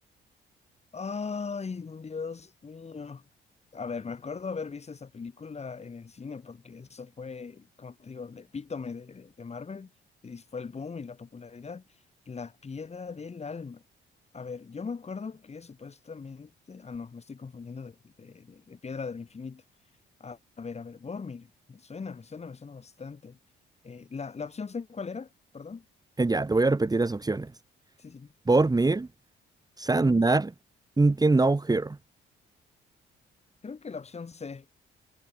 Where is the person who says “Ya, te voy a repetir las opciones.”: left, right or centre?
Right